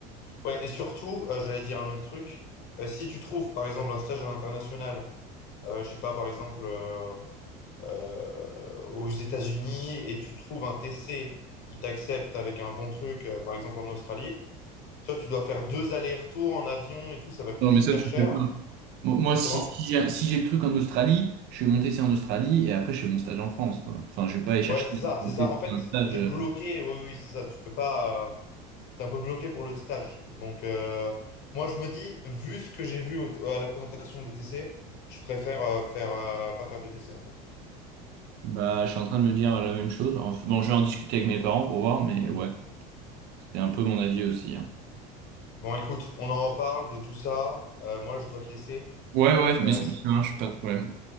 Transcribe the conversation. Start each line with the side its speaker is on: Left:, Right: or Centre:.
Left: ouais, et surtout, euh, j'allais dire un autre truc. Euh, si tu trouves, par exemple, un stage à l'international, euh, je sais pas, par exemple, euh, euh, aux États-Unis, et tu trouves un TC qui t'accepte avec un bon truc, euh, par exemple en Australie, toi, tu dois faire deux allers-retours en avion et tout, ça va coûter
Right: Non, mais
Left: hyper
Right: ça, tu
Left: cher.
Right: le fais pas. Mo- Moi, si,
Left: Comment?
Right: si j'ai si j'ai le truc en Australie, je vais monter ça en Australie et après, je fais mon stage en France, quoi. Enfin, je vais pas aller chercher
Left: Ouais, c'est ça,
Right: un
Left: c'est ça. En fait,
Right: un stage.
Left: t'es
Right: euh,
Left: bloqué, oui, oui, c'est ça. Tu peux pas. euh, t'es un peu bloqué pour le stage. Donc, euh, moi, je me dis, vu ce que j'ai vu au- à la présentation de T C je préfère euh, faire, euh, pas faire de T C en fait.
Right: Bah, je suis en train de me dire la même chose. Enfin, Bon, je vais en discuter avec mes parents pour voir, mais
Left: Hmm.
Right: ouais, c'est un peu mon avis aussi. hein.
Left: Bon, écoute, on en reparle de tout ça. Euh, moi, je dois te laisser.
Right: Ouais, ouais, mais
Left: Euh,
Right: c'est
Left: je-
Right: ça marche, pas de problème.